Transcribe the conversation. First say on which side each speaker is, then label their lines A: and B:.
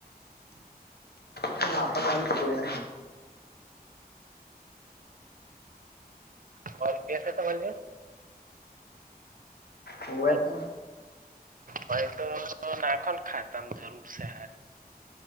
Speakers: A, on the left; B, on the right.
A: આપ પણ મારી કોઈહી.
B: હર કે સહત ભોલજ? <unintelligible>
A: હોવે
B: જોડે
A: તો.
B: ભાઈ તો નાખો ખાતામ જરૂર છે હારી.